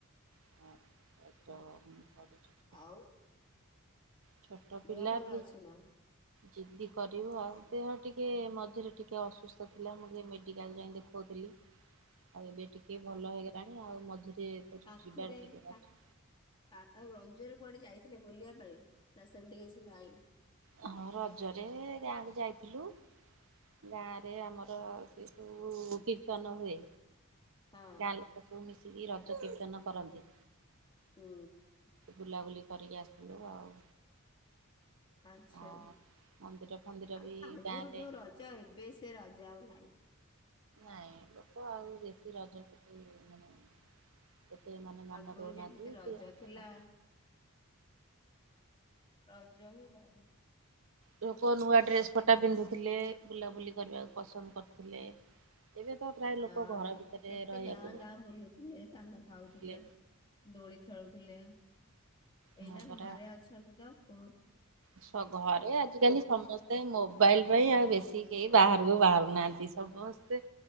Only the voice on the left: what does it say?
ଆଉ?
ଦେହ ଭଲ
ଅଛି ନା
<inaudible>
ପାଖରେ
ପା
ଆଉ ରଜରେ କୁଆଡେ ଯାଇଥିଲେ ବୁଲିବା ପାଇଁ, ନା ସେମ୍ତି କିଛି ନାହିଁ?
ହଁ
ହୁଁ।
ଆଚ୍ଛା,
ଆଉ
ଆଗୁରୁ
ଯୋଉ ରଜ ଏବେ ସେ ରଜ ଆଉ ନାହିଁ।
ଆଗୁରୁ
ଯେମ୍ତି ରଜ
ଥିଲା ରଜ ହିଁ ନାହିଁ।
ହଁ
କେତେ
ଗାଁ-ଗାଁ ବୁଲୁଥିଲେ ପାନ ଖାଉଥିଲେ।
ଦୋଳି ଖେଳୁଥିଲେ,
ଏଇନା
ଘରେ ଅଛନ୍ତି ତ ପୁ
ହଁ